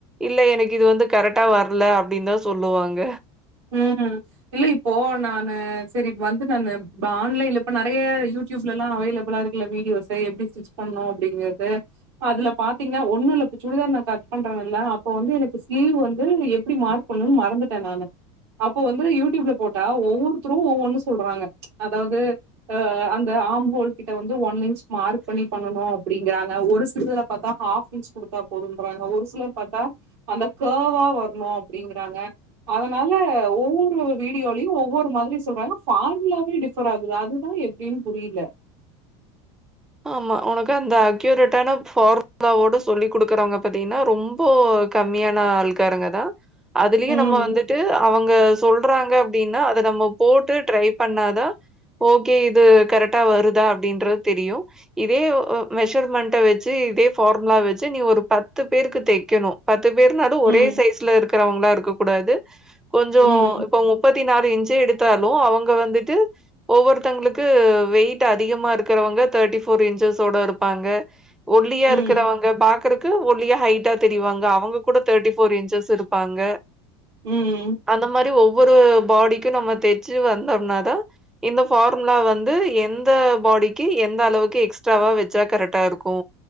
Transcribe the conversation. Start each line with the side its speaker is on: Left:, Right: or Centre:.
Centre: இல்ல எனக்கு இது வந்து கரெக்டா வரல அப்டின் தா சொல்லுவாங்க
Right: ம் இல்ல இப்போ நா செரி வந்து நானு ஆன்லைன்ல இப்ப நெறைய யூடியூப்ல எல்லா அவைலபிலா இருக்குல வீடியோஸ் எப்டி ஸ்டிச் பண்ணணு அப்டிங்கிறது அதுல பாத்தீங்கன்னா ஒண்ணு இல்ல சுடிதார் நா கட் பண்ற இல்ல அப்போ வந்து எனக்கு ஸ்லீவ் வந்து எப்டி மார்க் பண்ணணுனு மறந்துட்டே நானு அப்போ வந்து யூடியூப்ல போட்டா ஒவ்வொருத்தரு ஒவ்வொன்னு சொல்றாங்க அதாவது அ அந்த ஆம்ஹோல் கிட்ட வந்து ஒன் இன்ச் மார்க் பண்ணி பண்ணனு அப்பிடிங்கறாங்க ஒரு சிலர பாத்தா ஹாஃப் இன்ச் குடுத்தா போதுன்றாங்க ஒரு சிலர் பாத்தா அந்த கர்வா வர்ணு அப்டிங்றாங்க அதனால ஒவ்வொரு வீடியோலயு ஒவ்வொரு மாதிரி சொல்றாங்க ஃபார்முலாவே டிஃபர் ஆகுது அதுதா எப்படின் புரில
Centre: ஆமா உனக்கு அந்த அக்யூரேட்டான ஃபார்முலாவோட சொல்லி குடுக்குறவங்க பாத்திங்னா ரொம்போ கம்மியான ஆள்காரங்கதா அதுலயே
Right: ம்,
Centre: நம்ம வந்துட்டு அவங்க சொல் றாங்க அப்டினா அத நம்ம போட்டு ட்ரை பண்ணாதா ஓகே இது கரெக்டா வருதா அப்டின்றது தெரியு இதே அ மெஷர்மெண்ட வச்சு இதே ஃபார்முலா வெச்சு நீ ஒரு பத்து பேருக்கு தெக்கணு பத் து பேர்னாலு
Right: ம்,
Centre: ஒரே சைஸ்ல இருக்கிறவங்களா இருக்க கூடாது கொஞ்சோ
Right: ம்,
Centre: இப்ப முப்பத் தி நாலு இன்ச் எடுத்தாலு அவங்க வந்துட்டு ஒவ்வொருத்தங்களுக்கு வெயிட் அதிகமா இருக்கிறவங்க தேர்டி ஃபோர் இன்ச்சஸ் ஓட இருப்பாங்க ஒல்லியா
Right: ம்,
Centre: இருக்கிறவங்க பாக்குறக் கு ஒல்லியா ஹைட்டா தெரிவாங்க அவங்க கூட தேர்டி ஃபோர் இன்ச்சஸ் இருப்பாங்க
Right: ம்,
Centre: அந்த மாரி ஒவ்வொ ரு பாடிக்கு நம்ம தெச்சு வந்தம்னாதா இந்த ஃபார்முலா வந்து எந்த பாடிக்கு எந்த அளவுக்கு எக்ஸ்ட்ராவா வச்சா கரெக்டா இருக்கு